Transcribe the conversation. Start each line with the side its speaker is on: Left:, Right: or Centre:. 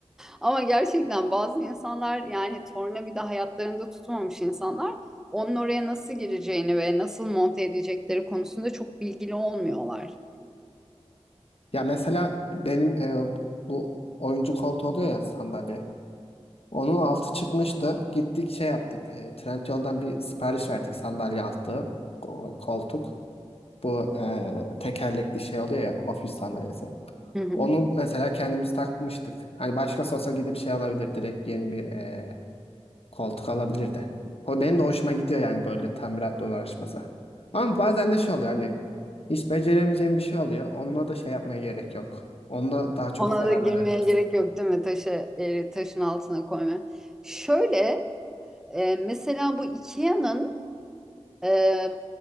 Centre: Ama gerçekten bazı insanlar yani tornavida hayatlarında tutmamış insanlar onun oraya nasıl gireceğini ve nasıl monte edecekleri konusunda çok bilgili olmuyorlar.
Left: Ya mesela benim e, bu oyuncu koltuğu oluyor ya sandalye. Onun altı çıkmıştı. Gittik şey yaptık. E, Trendyol'dan bir sipariş verdik sandalye altı. ko- Koltuk. Bu e, tekerlekli şey oluyor ya ofis sandalyesi.
Centre: Hı hı.
Left: Onu mesela kendimiz takmıştık. Hani başkası olsa gidip şey alabilir direkt yeni bir e, koltuk alabilirdi. O benim de hoşuma gidiyor yani böyle tamiratla uğraşması. Ama bazen de şey oluyor hani hiç beceremeyeceğim bir şey oluyor. Onunla da şey yapmaya gerek yok. Onunla daha çok
Centre: Ona
Left: zarar
Centre: da girmeye
Left: verebilirsin.
Centre: gerek yok değil mi? Taşı, e, taşın altına koyma. Şöyle e, mesela bu IKEA'nın e,